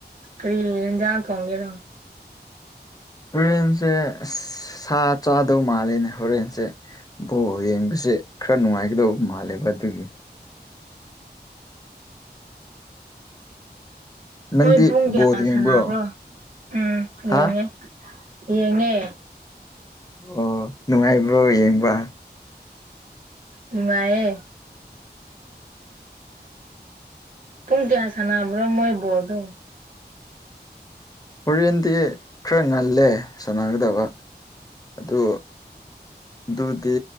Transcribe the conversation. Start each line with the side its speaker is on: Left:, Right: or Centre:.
Right: ꯀꯔꯤ ꯌꯦꯟꯖꯥꯡ ꯊꯣꯡꯗꯣꯏꯔꯣ
Left: ꯍꯣꯔꯦꯟꯁꯦ ꯑꯁ ꯁꯥ ꯆꯥꯗꯧ ꯃꯥꯜꯂꯦꯅꯦ ꯍꯣꯔꯦꯟꯁꯦ ꯕꯣꯜ ꯌꯦꯡꯕꯁꯨ ꯖꯦ ꯈꯔ ꯅꯨꯡꯉꯥꯏꯒꯗꯧꯕ ꯃꯥꯜꯂꯦꯕ ꯑꯗꯨꯒꯤ ꯅꯪꯗꯤ
Right: ꯃꯣꯏ ꯄꯨꯡ ꯀꯌꯥ
Left: ꯕꯣꯜ ꯌꯦꯡꯕ꯭ꯔꯣ
Right: ꯁꯥꯟꯅꯕ꯭ꯔꯣ ꯎꯝ
Left: ꯍꯥ
Right: ꯌꯦꯡꯉꯦ ꯌꯦꯡꯉꯦ
Left: ꯑꯣ ꯅꯨꯡꯉꯥꯏꯕ꯭ꯔꯣ ꯌꯦꯡꯕ
Right: ꯅꯨꯡꯉꯥꯏꯌꯦ ꯄꯨꯡ ꯀꯌꯥ ꯁꯥꯟꯅꯕ꯭ꯔꯣ ꯃꯣꯏ ꯕꯣꯜꯗꯣ
Left: ꯍꯣꯔꯦꯟꯗꯤ ꯈꯔ ꯉꯜꯂꯦ ꯁꯥꯟꯅꯒꯗꯕꯥ ꯑꯗꯣ ꯑꯗꯨꯗꯤ